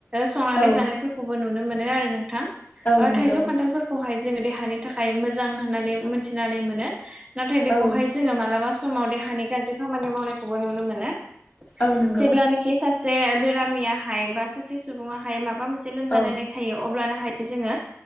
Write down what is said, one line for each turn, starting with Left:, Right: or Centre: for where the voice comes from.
Right: संनानै
Left: औ
Right: जानायफोरखौबो नुनो मोनो आरो नोंथां
Left: औ नंगौ
Right: थाइजौ खान्थालफोर खौहाय जोङो देहानि थाखाय मोजां होननानै मोनथिनानै मोनो नाथाय बेखौहाय
Left: औ
Right: जोङो मालाबा समाव देहानि गाज्रि खामानि मावनायखौबो नुनो मोनो
Left: औ नंगौ
Right: जेब्लानाखि सासे बेरामियाहाय बा सासे सुबुङा हाय माबा मोनसे लोमजानानै
Left: औ
Right: थायो अब्लाना हाय जोङो